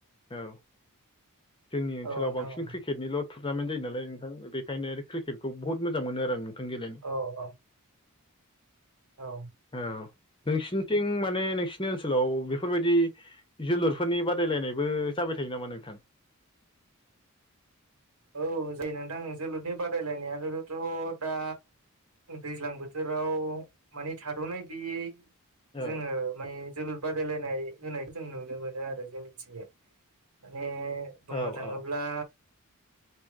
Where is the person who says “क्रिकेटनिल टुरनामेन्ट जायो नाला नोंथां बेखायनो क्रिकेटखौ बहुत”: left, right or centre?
Left